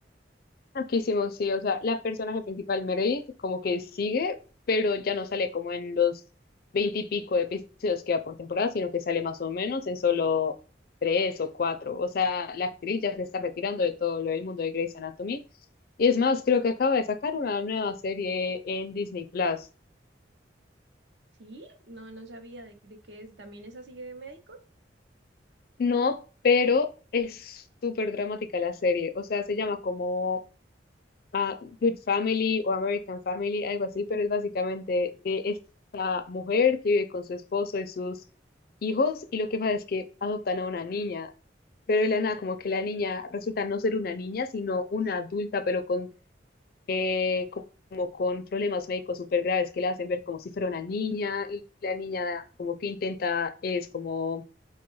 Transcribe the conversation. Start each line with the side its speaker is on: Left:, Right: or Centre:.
Left: Loquísimo, sí, o sea, la personaje principal, Meredith, como que sigue, pero ya no sale como en los veinte y veintipico episodios que va por temporada, sino que sale más o menos en solo tres o cuatro. O sea, la actriz ya se está retirando de todo lo del mundo de Grey's Anatomy. Y es más, creo que acaba de sacar una nueva serie en Disney Plus.
Right: Sí, no, no sabía de, de qué es, también es así de médicos.
Left: No, pero es súper dramática la serie. O sea, se llama como a Good Family o American Family, algo así, pero es básicamente de mujer que vive con su esposo y sus hijos y lo que pasa es que adoptan a una niña, pero de la nada como que la niña resulta no ser una niña, sino una adulta, pero con, eh, como con problemas médicos súper graves que la hacen ver como si fuera una niña y la niña como que intenta es como